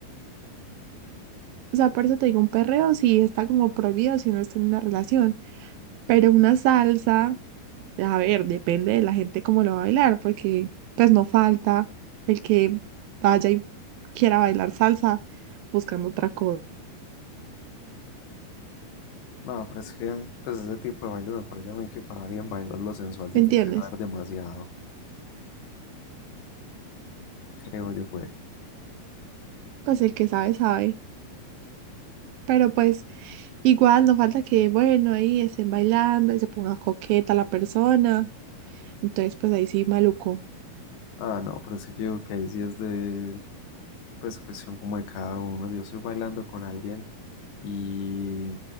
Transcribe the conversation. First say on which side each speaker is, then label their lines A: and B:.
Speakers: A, on the right; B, on the left.
A: o sea, por eso te digo, un perreo sí está como prohibido si no está en una relación, pero una salsa, a ver, depende de la gente cómo lo va a bailar, porque pues no falta el que vaya y quiera bailar salsa buscando otra cosa,
B: No. No, pero es que pues ese tipo de bailes me parece a mí que para alguien bailarlo sensual sí
A: ¿me entiendes?
B: tiene que saber demasiado, creo yo, pues.
A: pues el que sabe, sabe. Pero pues igual no falta que, bueno, ahí estén bailando y se ponga coqueta la persona. Entonces, pues ahí sí, maluco.
B: Ah, no, pero es que yo digo que ahí sí es de pues cuestión como de cada uno. Si yo estoy bailando con alguien y